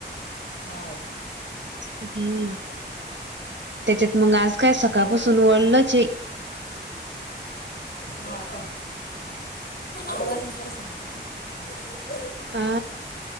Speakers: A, on the left (about 55°); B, on the right (about 75°).
A: हा.
B: हम्म त्याच्यात मग आज काय सकाळपासून ओळलंच आहे.
A: ह आता आवाज करा सांगितलं म
B: पा